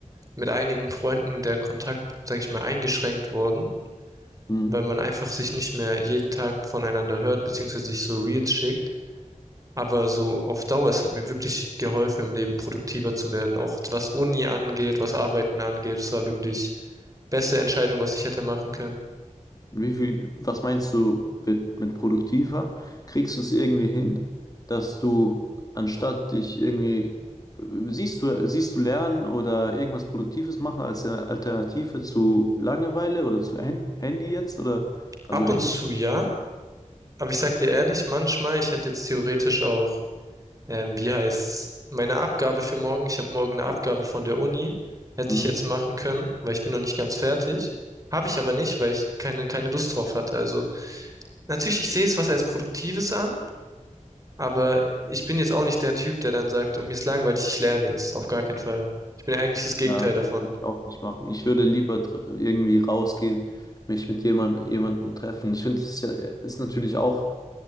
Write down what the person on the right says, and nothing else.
mit einigen Freunden der Kontakt, sage ich mal, eingeschränkt worden,
weil man einfach sich nicht mehr jeden Tag voneinander hört, beziehungsweise sich so Reels schickt. Aber so auf Dauer, es hat mir wirklich geholfen, im Leben produktiver zu werden. Auch was Uni angeht, was Arbeiten angeht, es war wirklich beste Entscheidung, was ich hätte machen können.
Ab
und zu ja, aber ich sag dir ehrlich, manchmal, ich hätte jetzt theoretisch auch, ähm, wie heißt's, meine Abgabe für morgen, ich habe morgen eine Abgabe von der Uni, hätte
ich jetzt machen können, weil ich bin noch nicht ganz fertig. Habe ich aber nicht, weil ich keine, keine Lust drauf hatte. Also natürlich, ich sehe es was als Produktives an, Aber ich bin jetzt auch nicht der Typ, der dann sagt, mir ist langweilig, ich lerne jetzt. Auf gar keinen Fall. Ich bin ja eigentlich das Gegenteil
davon.